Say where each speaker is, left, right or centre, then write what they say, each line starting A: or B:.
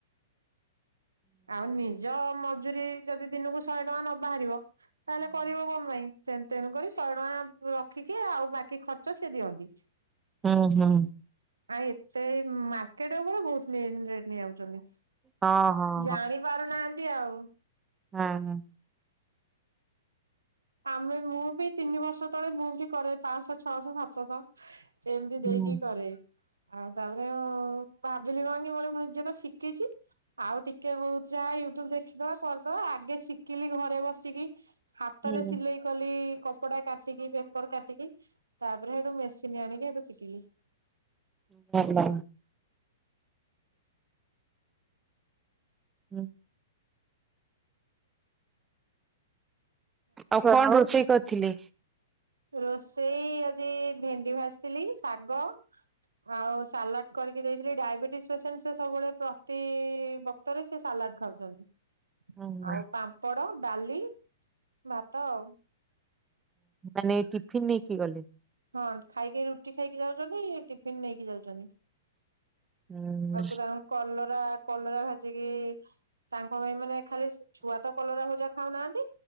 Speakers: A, on the right; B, on the right.
A: ଆଉ ନିଜ ମଜୁୁରୀ ଯଦି ଦିନକୁ ଶହେ ଟଙ୍କା ନ ବାହାରିବ ତାହେଲେ କରିବ କଣ ପାଇଁ? ସେ ତେଣୁକରି ଶହେ ଟଙ୍କା ରଖିକି ଆଉ ବାକି ଖର୍ଚ୍ଚ ସିଏ ଦିଅନ୍ତି।
B: ହୁଁ ହୁଁ।
A: ଆ ଏତେ ଏଇ ମାର୍କେଟ ଉପରେ ବହୁତ ଲେଟ୍ ରେଟ ନେଇଯାଉଛନ୍ତି।
B: ହଁ। ହଁ,
A: ଜାଣି ପାରୁନାହାନ୍ତି ଆଉ।
B: ହଁ ହଁ।
A: ଆମେ ମୁଁ ବି ତିନି ବର୍ଷ ତଳେ ମୁଁ ବି କରେ ପାଞ୍ଚଶହ ଛଅଶହ ସା ସାତଶ ଏମିତି
B: ହୁଁ,
A: ଦେଇକି କରେ। ଆଉ ତାପରେ ଉଁ ଭାବିଲି କଣ କି <unintelligible> ମୁଁ ନିଜେ ତ ଶିକିଛି ଆଉ ଟିକେ ବହୁତ ଯାହା ୟୁଟ୍ୟୁବ ଦେଖିଦବା କରିଦବା ଆଗେ ଶିଖିଲି ଘରେ ବସିକି ହାତରେ
B: ହୁଁ,
A: ସିଲେଇ କଲି କ କପଡା କାଟିକି ପେପର କାଟିକି ତାପରେ ହେଇଠୁ ମେସିନ୍ ଆଣିକି ଏବେ ଶିକିଲି।
B: ଭଲ। ହୁଁ। ଆଉ କଣ ରୋଷେଇ କରିଥିଲେ?
A: ରୋଷେଇ ଆଜି ଭେଣ୍ଡି ଭାଜିଥିଲି ଶାଗ ଆଉ ସାଲାଡ କରିକି ଦେଇଥିଲି ଡାଇବେଟିସ୍ ପେସେଣ୍ଟ ସେ ସବୁବେଳେ ପ୍ରତି ବ କ୍ତରେ ସିଏ ସାଲାଡ ଖାଉଛନ୍ତି।
B: ହୁଁ,
A: ଆଉ ପାମ୍ପଡ଼, ଡାଲି ଭାତ ଆଉ।
B: ମାନେ ଟିଫିନ୍ ନେଇକି ଗଲେ।
A: ହଁ ଖାଇକି ରୁଟି ଖାଇକି ଯାଉଚନ୍ତି ଟିଫିନ ନେଇକି ଯାଉଚନ୍ତି।
B: ହୁଁ,
A: ଆକୁ ରା କଲରା କଲରା ଭାଜିକି ତାଙ୍କ ପାଇଁ ମାନେ ଖାଲି ଛୁଆ ତ କଲରା ଭଜା ଖାଉନାହାନ୍ତି।